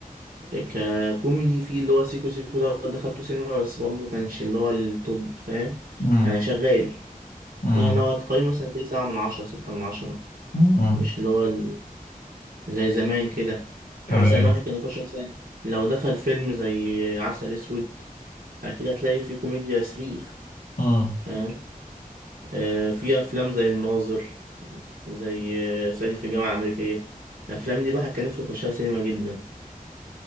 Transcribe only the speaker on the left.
امم
امم
امم
تمام
امم